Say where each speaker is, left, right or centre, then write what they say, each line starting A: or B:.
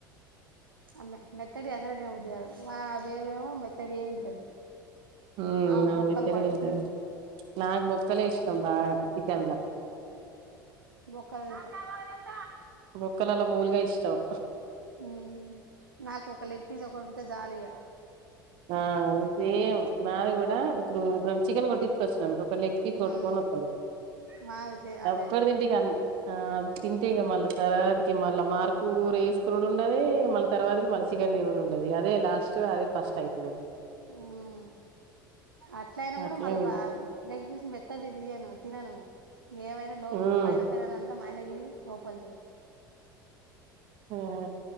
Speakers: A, on the right; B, on the right.
A: అబ్బే మెత్తటీ అసలే తినబుద్ది కాదు. మా బేబీ ఏమో మెత్తటియే తింటది.
B: ఊమ్మ్,
A: ఆమెకు
B: ఆమె
A: బొక్కలు
B: మెత్తటి
A: పడవు
B: తింటది. నాక్ బొక్కలే ఇష్టం బాగా, చికెన్ల.
A: బొక్కల్ తింటా.
B: బొక్కలల్ల మూల్గా ఇష్టం.
A: ఉమ్మ్. నాకు ఒక లెగ్ పీస్, ఒకటి ఉంటే జాలిగ.
B: అవును సేమ్ నాది గూడా. ఇప్పుడు ఎప్పుడన్న చికెన్ కొట్టిచ్చుకోచ్చిన్నఅనుకో. ఒక లెగపీస్ గొట్టుగొని
A: ఉమ్
B: ఓత్తడు.
A: మాది సే
B: ఆ
A: అదే
B: ఒక్కట్టి తింటే ఇగ అం, ఆ తింటే ఇగ మళ్ల. <unintelligible> ఇగ మళ్ళా మార్కు కూర ఏసుకునుడు ఉండదీ, మళ్ళ తర్వాతకి చికెన్ తినుడు ఉండద్. ఇగ అదే లాస్టూ, అదే ఫస్ట్ అయ్
A: ఊమ్మ్. అట్లయినా గుడా,
B: అట్లనే
A: మళ్ళా
B: తిం
A: పా లెగ్ పీస్ మెత్తది దీయను, తినను. ఏమైనా లో,
B: హ్మ్
A: పైన పైనదంతా మా ఆయనకి ఏసీ, లోపలదో
B: ఉహు